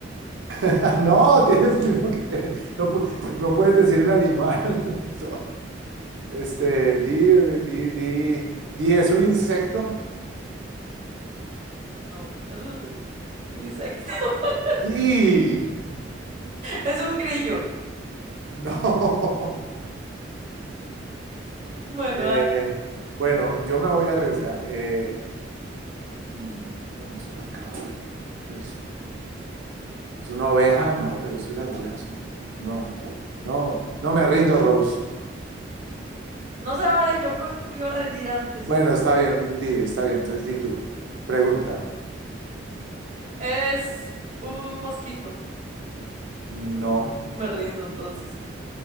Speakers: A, on the right (about 80°); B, on the right (about 40°).
A: <laughs> No, tienes primero que tener- no, no puedes decir el animal. <laughs> No. Este, di, di, di, di, ¿es un insecto?
B: No, es un, un insecto. <laughs>
A: Sí,
B: Es un grillo.
A: no. <laughs>
B: Bueno,
A: Eh,
B: dale.
A: bueno, yo me voy a arriesgar. Eh, mm, pero no es una cabra, es, es un- es una oveja, no, pero es que las
B: No.
A: ovejas son mexicanas. No, no, no me rindo, Rose.
B: No se vale, yo me iba a rendir antes.
A: Bueno, está bien, di, está bien, entonces di tú. Pregunta,
B: Es un mosquito.
A: no,
B: Me rindo entonces.